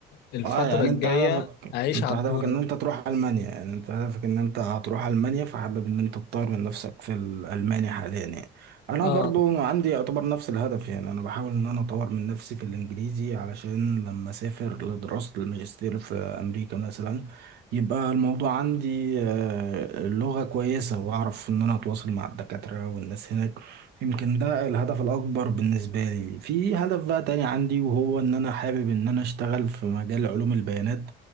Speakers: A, on the left; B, on the right.
A: الفترة
B: اه يعني
A: الجاية
B: انت هدفك
A: أعيش
B: انت
A: على
B: هدفك
A: الدور
B: ان
A: ده
B: انت تروح المانيا يعني انت هدفك ان انت هتروح المانيا فحابب ان انت تطور من نفسك في الالماني حاليا يعني انا
A: اه
B: برضو عندي يعتبر نفس الهدف يعني انا بحاول ان انا اطور من نفسي في الانجليزي علشان لما اسافر لدراسة الماجستير في امريكا مثلا يبقى الموضوع عندي آه، اللغة كويسة واعرف ان انا اتواصل مع الدكاترة والناس هناك يمكن ده الهدف الأكبر بالنسبة لي في هدف بقى تاني عندي وهو إن أنا حابب إن أنا أشتغل في مجال علوم البيانات